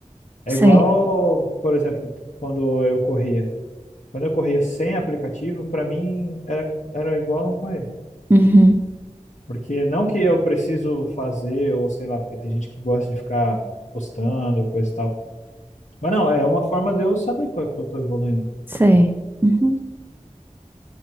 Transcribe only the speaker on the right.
Sei,
uhum,
sei. uhum.